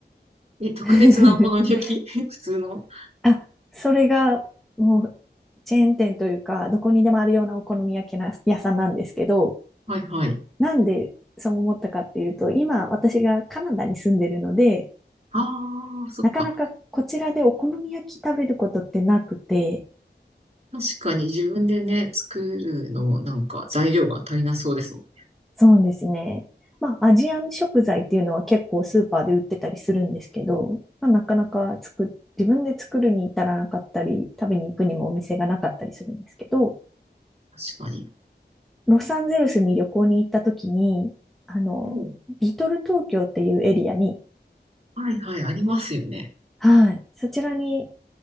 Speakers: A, on the right; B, in the centre.
A: え、特別なお好み焼き
B: <laughs>
A: <laughs> 普通の
B: あ、それがもうチェーン店というか、どこにでもあるようなお好み焼きな屋さんなんですけど、
A: はいはい。
B: なんでそう思ったかっていうと、今私がカナダに住んでるので、
A: ああ、そっか。
B: なかなかこちらでお好み焼き食べることってなくて、
A: 確かに自分でね、作るのなんか材料が足りなそうですもん。
B: そうですね。まあ、アジアン食材っていうのは結構スーパーで売ってたりするんですけど、まあ、なかなか作っ、自分で作るに至らなかったり、食べに行くにもお店がなかったりするんですけど、
A: 確かに。
B: ロサンゼルスに旅行に行った時に、あの、
A: うん。
B: リトル東京っていうエリアに、
A: はいはい、ありますよね。
B: はい、そちらに、